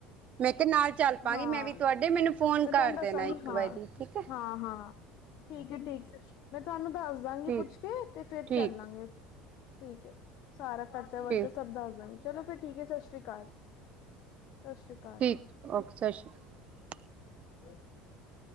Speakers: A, on the right; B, on the left.
A: ਮੈਂ ਕਿਹਾ ਨਾਲ ਚੱਲ ਪਾਂਗੀ
B: ਹ <inaudible> ਹਾਂ,
A: ਮੈਂ ਵੀ ਤੁਹਾਡੇ ਮੈਨੂੰ ਫੋਨ
B: ਮੈਂ ਤੁਹਾਨੂੰ
A: ਕਰ
B: ਦੱਸਾਂਗੀ।
A: ਦੇਣਾ ਇੱਕ
B: ਹਾਂ,
A: ਵਾਰੀ ਠੀਕ ਹੈ
B: ਹਾਂ, ਹਾਂ। ਠੀਕ ਏ, ਠੀਕ, ਮੈਂ ਤੁਹਾਨੂੰ ਦੱਸ ਦਾਂਗੀ
A: ਠੀਕ
B: ਪੁੱਛਕੇ, ਤੇ ਫੇਰ ਚੱਲਾਂਗੇ
A: ਠੀਕ
B: ਠੀਕ ਏ, ਸਾਰਾ ਖਰਚਾ, ਵਰਚਾ
A: ਠੀਕ
B: ਸਭ ਦੱਸ ਦਵਾਗੇ, ਚਲੋ ਫਿਰ ਠੀਕ ਹੈ। ਸਤਿ ਸ੍ਰੀ ਅਕਾਲ। ਸਤਿ ਸ੍ਰੀ ਅਕਾਲ
A: ਠੀਕ, ਓਕੇ। ਸਤਿ ਸ਼੍ਰੀ ਅਕਾਲ!
B: ਹ <inaudible>